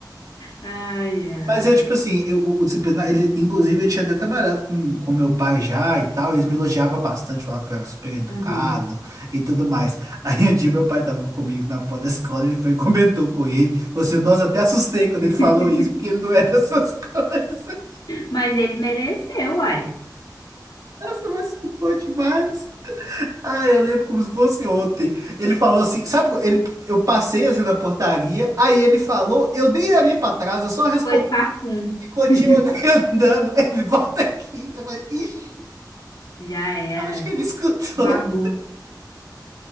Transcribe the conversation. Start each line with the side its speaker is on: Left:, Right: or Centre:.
Left: Ai, ai.
Right: Mas eu, tipo assim, eu- o, o disciplinar, ele, inclusive, ele tinha até trabalhado com, com meu pai já e tal, e eles me elogiavam bastante, falavam que eu era super educado
Left: Aham.
Right: e tudo mais. <laughs> Aí um dia meu pai tava comigo na porta da escola, ele foi e comentou com ele. Você, nossa, até assustei quando
Left: <laughs>
Right: ele falou isso, porque ele não é dessas <laughs> coisas.
Left: Mas ele mereceu, uai.
Right: Nossa, mas foi bom demais. Ah, eu lembro como se fosse ontem. Ele falou assim, sabe, ele, eu passei assim na portaria, aí ele falou, eu nem olhei pra trás, eu só respondi
Left: Foi papum.
Right: e continuei
Left: <laughs>
Right: <laughs> andando. Ele volta aqui. Eu falei, "Ixi,
Left: Já era.
Right: Acho que ele escutou.
Left: Babou.